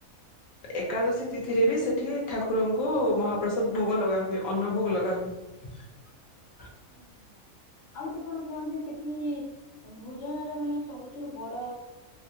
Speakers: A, on the left; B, on the left.
A: ଏକାଦଶୀ ତିଥିରେ ବି ସେଠି ଠାକୁରଙ୍କୁ ମହାପ୍ରସାଦ ଭୋଗ ଲଗା ହୁଏ ଅନ୍ନ ଭୋଗ ଲଗା ହୁଏ
B: ହୁଁ ଆଉ ଗୋଟେ କଣ କୁହନ୍ତି ସେଠି ଭୋଜନର ମାନେ ସବୁଥିରୁ ବଡ